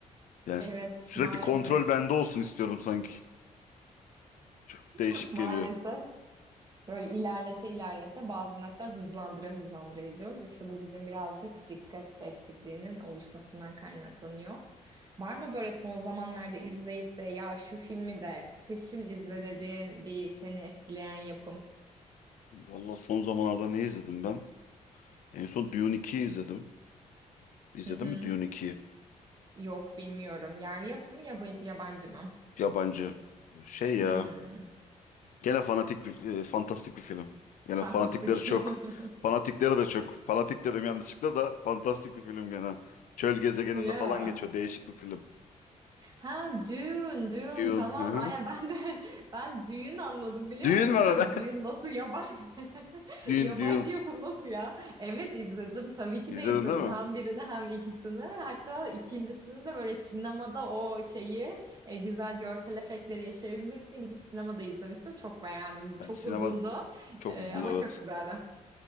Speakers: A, on the left; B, on the right.
A: Yani
B: Evet,
A: s- sürekli
B: maalesef.
A: kontrol bende olsun istiyorum sanki. Çok
B: <laughs>
A: değişik
B: Maalesef.
A: geliyor.
B: Böyle ilerlete ilerlete bazen hatta hızlandıra hızlandıra izliyoruz. İşte bu bizim birazcık dikkat eksikliğinin oluşmasından kaynaklanıyor. Var mı böyle son zamanlarda izleyip de ya şu filmi de kesin izle dediğin bir seni etkileyen yapım?
A: Valla son zamanlarda ne izledim ben? En son Dune 2'yi izledim. İzledin
B: Hı hı.
A: mi Dune 2'yi?
B: Yok bilmiyorum. Yerli yapımı yabancı mı?
A: Yabancı. Şey ya.
B: Hmm.
A: Gene fanatik bir, e, fantastik bir film. Gene
B: Fantastik.
A: fanatikleri çok.
B: <laughs>
A: Fanatikleri de çok. Fanatik dedim yanlışlıkla da fantastik bir film gene. Çöl gezegeninde
B: Ya.
A: falan geçiyor. Değişik bir film.
B: Ha düğün düğün
A: Dune.
B: tamam
A: Hı hı.
B: aynen ben de <laughs> ben düğün anladım biliyor
A: Dune
B: musun
A: var
B: diyorum
A: orada.
B: düğün nasıl yabancı <laughs>
A: <laughs> Dune,
B: yabancı
A: Dune.
B: yapım nasıl ya evet izledim tabii ki
A: İzledin
B: de izledim
A: değil mi?
B: hem birini hem ikisini hatta ikincisini de böyle sinemada o şeyi e, güzel görsel efektleri yaşayabilmek için gidip sinemada izlemiştim çok beğendim çok
A: Ben sinema
B: uzundu
A: çok
B: E,
A: uzundu
B: ama
A: evet.
B: çok güzeldi.